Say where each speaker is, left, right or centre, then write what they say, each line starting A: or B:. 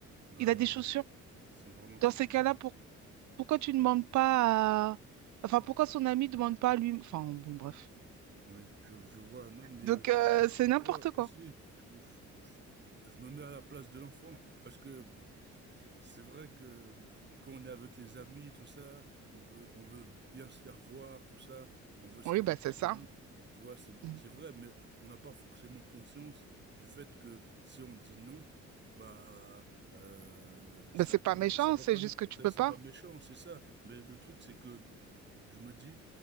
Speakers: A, on the right; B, on the right.
A: Ah
B: Il a des
A: oui.
B: chaussures.
A: C'est vraiment compliqué.
B: Dans ces cas-là, pourquoi tu ne demandes pas à... Enfin, pourquoi son ami ne demande pas à lui... Enfin, bon, bref.
A: Oui, je, je vois. Non, mais
B: Donc, euh,
A: par-
B: c'est
A: parfois
B: n'importe quoi.
A: aussi, je, peux- je me mets à la place de l'enfant parce que c'est vrai que quand on est avec les amis, tout ça, on veut, on veut bien se faire voir, tout ça, on veut se
B: Oui,
A: rendre
B: bah c'est
A: disponible.
B: ça.
A: Tu vois, c'est,
B: Mm.
A: c'est vrai, mais on n'a pas forcément conscience du fait que si on dit non, bah, euh, ça,
B: Bah, c'est pas
A: ça,
B: méchant,
A: va ça va
B: c'est
A: pas
B: juste
A: nous,
B: que tu
A: c'est
B: peux
A: c'est
B: pas.
A: pas méchant, c'est ça. Mais le truc, c'est que Je me dis,